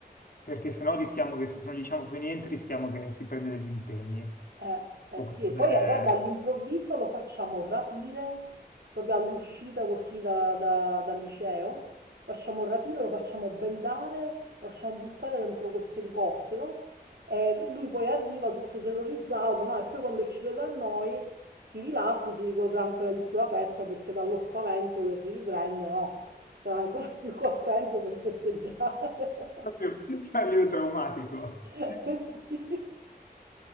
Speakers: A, on the left; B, on the right.
A: perché sennò rischiamo che se non diciamo più niente rischiamo che si prenda degli impegni.
B: Eh, eh
A: O
B: sì,
A: qualcosa-
B: e poi eh, guarda,
A: eh,
B: all'improvviso
A: <laughs>
B: lo facciamo rapire, proprio all'uscita così da- da- dal liceo, facciamo rapire, lo facciamo bendare, lo facciamo buttare dentro questo elicottero e lui poi arriva tutto terrorizzato, no? E poi quando ci vede a noi si rilassa, si godrà ancora di più la festa perché dallo spavento che si riprende, no? Sarà ancora <laughs> più contento per festeggiare.
A: proprio farglielo traumatico.
B: <laughs>
A: <laughs>
B: Sì.